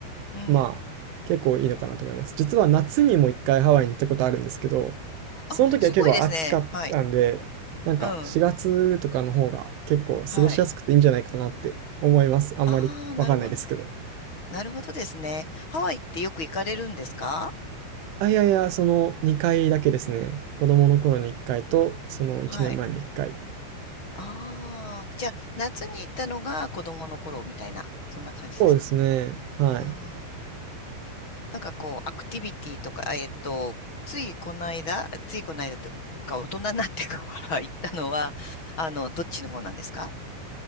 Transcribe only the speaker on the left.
うん。
あ、すごいですね。はい。
うん。はい。
ああ、なるほど。なるほどですね。ハワイってよく行かれるんですか
はい。ああ、じゃあ、夏に行ったのが子供の頃みたいな、そんな感じですか
うん。なんかこう、アクティビティとか、あえっと、ついこの間、ついこの間というか、大人になってから行ったのは、あの、どっちの方なんですか